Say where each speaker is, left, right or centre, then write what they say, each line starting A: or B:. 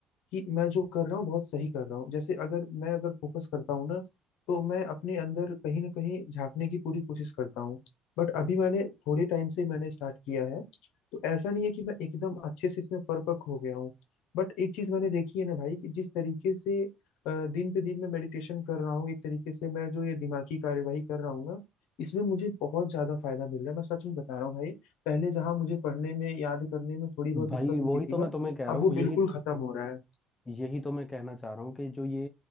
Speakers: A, on the left; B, on the left.
A: कि मैं जो कर रहा हूँ बहुत सही कर रहा हूँ जैसे अगर मैं अगर फोकस करता हूँ ना तो मैं अपने अंदर कहीं ना कहीं झांकने की पूरी कोशिश करता हूँ बट अभी मैंने थोड़े टाइम से मैंने स्टार्ट किया है तो ऐसा नहीं है कि मैं एकदम अच्छे से इसमें परपक हो गया हूँ बट एक चीज मैंने देखी है ना भाई कि जिस तरीके से अ, दिन पे दिन मैं मेडिटेशन कर रहा हूँ एक तरीके से मैं जो ये दिमागी कार्यवाही कर रहा हूँ ना इसमें मुझे बहुत ज्यादा फायदा मिल रहा है मैं सच में बता रहा हूँ भाई पहले जहां मुझे पढ़ने में याद करने में थोड़ी बहुत दिक्कत
B: भाई वही
A: होती थी
B: तो
A: ना
B: मैं तुम्हें कह रहा
A: अब
B: हूँ
A: वो
B: यही
A: बिल्कुल खत्म हो रहा है
B: यही तो मैं कहना चाह रहा हूँ कि जो ये